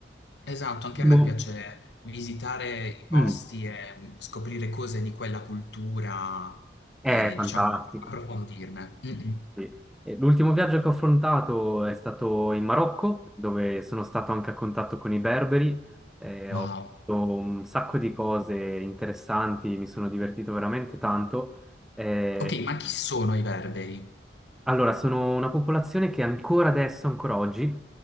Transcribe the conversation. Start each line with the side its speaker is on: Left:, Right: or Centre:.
Left: Esatto, anche a me
Centre: Mo-
Left: piace visitare i posti
Centre: Mm.
Left: e mm, scoprire cose di quella cultura
Centre: È
Left: e,
Centre: fantastico.
Left: diciamo, approfondirne. Mm, mm.
Centre: Sì. E L'ultimo viaggio che ho affrontato è stato in Marocco, dove sono stato anche a contatto con i berberi. e
Left: Wow.
Centre: ho fatto un sacco di cose interessanti, mi sono divertito veramente tanto. Eh,
Left: Ok, ma chi sono i berberi?
Centre: allora, sono una popolazione che ancora adesso, ancora oggi,